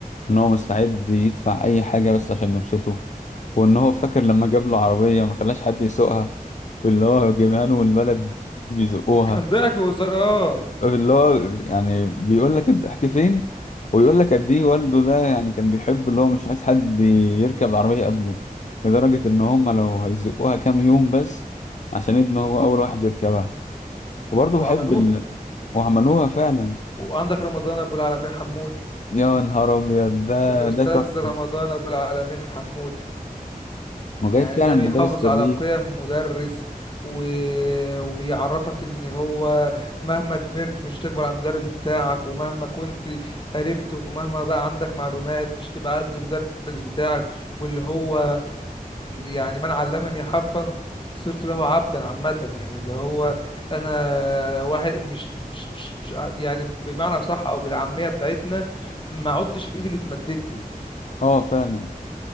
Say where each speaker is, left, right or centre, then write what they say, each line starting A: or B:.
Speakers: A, on the left (about 50°); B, on the left (about 35°).
A: ان هو مستعد يدفع اي حاجة بس عشان يبسطه وان هو فاكر لما جاب له عربية ما خلاش حد يسوقها واللي هو جايبها له من البلد بيزقوها
B: كان ضحك وهزار اه
A: اللي هو يعني بيقول لك الضحك فين ويقول لك قد ايه والده ده يعني كان بيحب اللي هو مش عايز حد يركب العربية قبله لدرجة ان هم لو هيزقوها كام يوم بس عشان ابنه هو اول واحد يركبها وبرضه
B: وعملوه
A: بحب ال وعملوها فعلا
B: وعندك رمضان أبو العالمين حمود
A: يا نهار ابيض ده
B: الأستاذ
A: ده تحفه
B: رمضان أبو العالمين حمودة
A: وجايب
B: يعني
A: فعلا
B: ده بيحافظ
A: مدارس في الريف
B: على قيم مدرس و... وبيعرفك إن هو مهما كبرت مش تكبر على المدرس بتاعك ومهما كنت عرفت ومهما بقى عندك معلومات مش تبقى قد المدرس بتاعك واللي هو يعني من علمني حرفا صرت له عبدا عامة يعني اللي هو أنا واحد مش مش مش مش ع- يعني بمعنى صح أو بالعامية بتاعتنا ما عدتش الإيد اللي اتمدت لي
A: اه فعلا